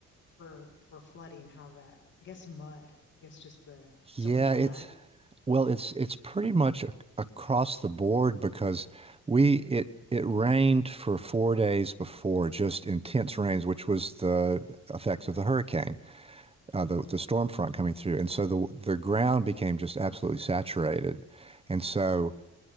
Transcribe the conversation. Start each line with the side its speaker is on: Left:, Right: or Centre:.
Left: for for flooding, how that, I guess mud. I guess just the so
Right: Yeah,
Left: much mud.
Right: it's well, it's it's pretty much a, across the board because we it it rained for four days before, just intense rains, which was the effects of the hurricane, uh, the the storm front coming through, and so the the ground became just absolutely saturated, and so.